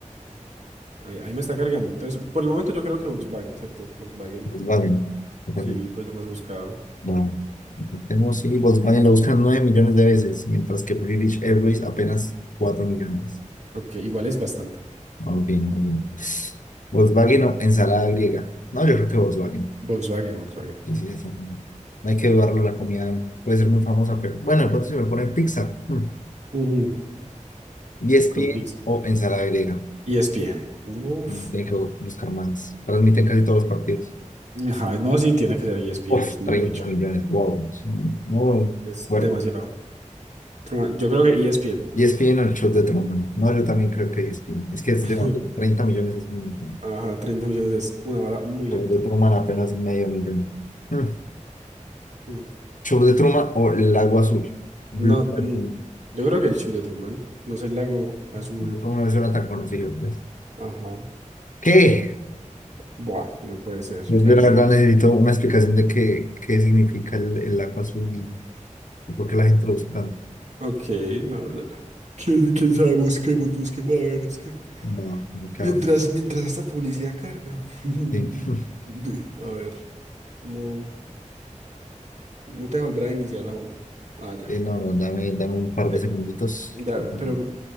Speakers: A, on the right (about 60°); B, on the left (about 75°).
A: Ahí, ahí me está cargando. Entonces, por el momento yo creo que Volkswagen, ¿cierto? Volkswagen,
B: Volkswagen. Ojalá.
A: sí, puede ser más buscado.
B: Bueno, tenemos, sí, Volkswagen lo buscan 9 millones de veces, mientras que British Airways apenas 4 millones.
A: Ok, igual es bastante.
B: Muy bien, muy bien. ¿Volkswagen o ensalada griega? No, yo creo que Volkswagen.
A: Volkswagen, Volkswagen.
B: Y sí, eso, no hay que dudarlo, la comida puede ser muy famosa, pero bueno, de pronto si me ponen pizza, hmm,
A: Ujú,
B: ESPN
A: Con Pix.
B: o ensalada griega,
A: ESPN. Uf.
B: no tienen que buscar más. Transmiten casi todos los partidos.
A: Ajá, no, sí, tiene que ser ESPN,
B: Uf,
A: es mucho.
B: 30 millones, wow, es un- no,
A: Es
B: fuerte.
A: demasiado. Tru- Yo creo que ESPN.
B: ESPN o el show de Truman, no, yo también creo que ESPN, es que es
A: <laughs>
B: de bueno, 30 millones es un montón.
A: Ajá, 30 millones es una vara muy
B: Show
A: alta.
B: de Truman apenas medio millón. Hmm,
A: Mm.
B: Show de Truman o el agua azul, Blue
A: No, mm,
B: Lagoon.
A: yo creo que el show de Truman, no sé, el lago azul.
B: No me suena tan conocido, pues.
A: Ajá.
B: ¿Qué?
A: Buah, no puede ser,
B: Yo, yo
A: perdimos.
B: la verdad necesito una explicación de qué, qué significa el, el agua azul y, y por qué la gente lo usa tanto.
A: Ok, no. ¿Quién, quién sabe? Busquemos, busquemos. A ver, es que.
B: No, me cago
A: Mientras, mientras esta publicidad carga. <laughs>
B: en- sí. <laughs>
A: A ver, no, no te volverá a iniciar aún. Ah, ya.
B: Eh, no, no, dame, dame un par de
A: Eh,
B: segunditos.
A: da-
B: Mm,
A: pero,